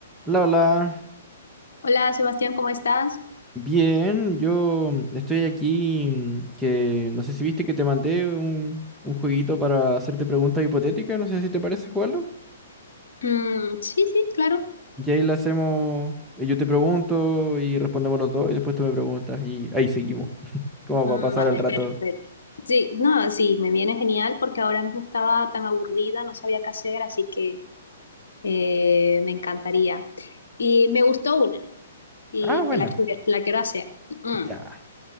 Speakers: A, in the centre; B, on the left.
A: Hola, hola.
B: Hola, Sebastián, ¿cómo estás?
A: Bien, yo estoy aquí mm, que no sé si viste que te mandé un, un jueguito para hacerte preguntas hipotéticas, no sé si te parece jugarlo.
B: Mm, sí, sí, claro.
A: Y ahí le hacemos, y yo te pregunto y respondemos los dos y después tú me preguntas y ahí seguimos. <laughs> ¿Cómo
B: Mm,
A: va a pasar
B: vale,
A: el rato.
B: perfecto. Sí, no, sí, me viene genial porque ahora mismo estaba tan aburrida, no sabía qué hacer, así que eh, me encantaría. Y me gustó una y
A: Ah, bueno,
B: te la, quiero- te la quiero hacer. Mm.
A: ya.